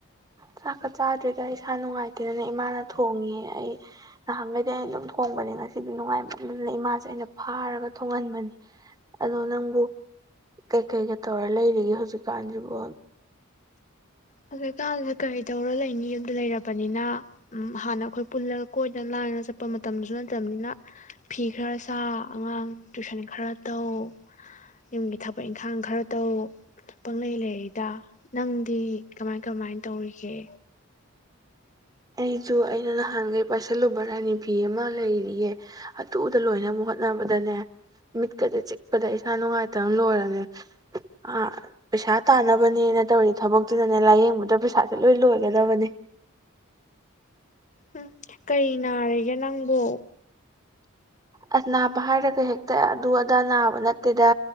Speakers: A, on the right (about 15°); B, on the left (about 35°).
A: ꯆꯥꯛꯀ ꯆꯥꯗ꯭ꯔꯤꯗ ꯏꯁꯥ ꯅꯨꯡꯉꯥꯏꯇꯦꯗꯅ ꯏꯃꯥꯅ ꯊꯣꯡꯉꯦ ꯑꯩ ꯅꯍꯥꯟꯉꯩ ꯑꯩꯅ ꯑꯗꯨꯝ ꯊꯣꯡꯕꯅꯦ ꯉꯁꯤꯗꯤ ꯅꯨꯡꯉꯥꯏ ꯃꯥꯟꯗ ꯗꯅ ꯏꯃꯥꯁꯦ ꯑꯩꯅ ꯐꯥꯔꯒ ꯊꯣꯡꯍꯟꯕꯅꯦ ꯑꯗꯣ ꯅꯪꯕꯨ ꯀꯩꯀꯩꯒ ꯇꯧꯔ ꯂꯩꯔꯤꯒꯦ ꯍꯧꯖꯤꯛꯀꯥꯟꯁꯤꯕꯨ
B: ꯍꯧꯖꯤꯛꯀꯥꯟꯗ ꯀꯔꯤ ꯇꯧꯔ ꯂꯩꯅꯤ ꯌꯨꯝꯗ ꯂꯩꯔꯕꯅꯤꯅ ꯍꯥꯟꯅ ꯑꯩꯈꯣꯏ ꯄꯨꯜꯂꯒ ꯀꯣꯏꯗꯅ ꯂꯥꯟꯕ ꯆꯠꯄ ꯃꯇꯝꯗꯨꯁꯨ ꯅꯠꯇꯕꯅꯤꯅ ꯐꯤ ꯈꯔ ꯁꯥ ꯑꯉꯥꯡ ꯇꯨꯏꯁꯟ ꯈꯔ ꯇꯧ ꯌꯨꯝꯒꯤ ꯊꯕꯛ ꯏꯪꯈꯥꯡ ꯈꯔ ꯇꯧ ꯄꯪꯂꯩ ꯂꯩꯔꯤꯗ ꯅꯪꯒꯤ ꯀꯃꯥꯏ ꯀꯃꯥꯏ ꯇꯧꯔꯤꯒꯦ
A: ꯑꯩꯁꯨ ꯑꯩꯅ ꯅꯍꯥꯟꯈꯩ ꯄꯥꯏꯁꯤꯜꯂꯨꯕ ꯔꯥꯅꯤ ꯐꯤ ꯑꯃ ꯂꯩꯔꯤꯌꯦ ꯑꯗꯨꯗ ꯂꯣꯏꯅꯕ ꯍꯣꯠꯅꯕꯗꯅꯦ ꯃꯤꯠꯀꯗ ꯆꯤꯛꯄꯗ ꯏꯁꯥ ꯅꯨꯡꯉꯥꯏꯇꯕꯅ ꯂꯣꯏꯔꯅꯦ ꯑ ꯄꯩꯁꯥ ꯇꯥꯟꯅꯕꯅꯦꯅ ꯇꯧꯔꯤ ꯊꯕꯛꯇꯨꯗꯅꯦ ꯂꯥꯏꯌꯦꯡꯕꯗ ꯄꯩꯁꯥꯁꯦ ꯂꯣꯏ ꯂꯣꯏ ꯕꯅꯦ
B: ꯎꯝ ꯀꯔꯤ ꯅꯥꯔꯒꯦ ꯅꯪꯕꯨ
A: ꯑꯁ ꯅꯥꯕ ꯍꯥꯏꯔꯒ ꯍꯦꯛꯇ ꯑꯗꯨ ꯑꯗꯥ ꯅꯥꯕ ꯅꯠꯇꯦꯗ